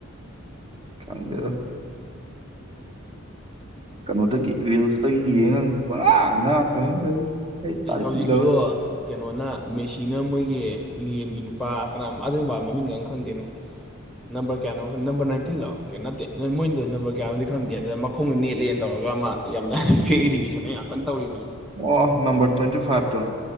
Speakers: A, on the right; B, in the centre.
A: ꯗꯉꯥꯡꯗꯨꯅ ꯀꯩꯅꯣꯗꯒꯤ ꯔꯤꯜꯁꯇꯒꯤ ꯌꯦꯡꯉꯒ ꯄꯨꯔꯥ ꯉꯥꯛꯇ ꯑꯩ ꯇꯥꯛꯗ
B: ꯑꯦ ꯍꯧꯖꯤꯛꯁꯨ ꯀꯩꯅꯣꯅ ꯃꯦꯁꯤꯅ ꯃꯣꯏꯒꯤ ꯏꯪꯂꯦꯟꯒꯤ ꯅꯨꯄꯥ ꯀꯅꯥ ꯑꯗꯨꯝꯕ ꯃꯃꯤꯡꯒ ꯈꯪꯗꯦꯅꯦ ꯅꯝꯕꯔ ꯀꯌꯥꯅꯣ ꯅꯝꯕꯔ ꯅꯥꯏꯟꯇꯤꯟ ꯂꯥꯛꯑꯣ ꯀꯦ ꯅꯠꯇꯦ ꯅꯣꯏ ꯃꯣꯏꯗꯨꯣ ꯅꯝꯕꯔ ꯀꯌꯥꯅꯣꯗꯤ ꯈꯪꯗꯦꯗ ꯈꯣꯡꯒ ꯅꯦꯠꯂꯦꯅ ꯇꯧꯔꯒ ꯑꯃ ꯌꯥꯝꯅ ꯐꯦꯛ ꯏꯔꯤꯒꯦꯁꯟꯅ ꯌꯥꯝ ꯀꯟꯅ ꯇꯧꯔꯤꯕꯅꯤ
A: ꯑꯣ ꯅꯝꯕꯝꯕꯔ ꯇ꯭ꯋꯦꯟꯇꯤ ꯐꯔꯇꯣ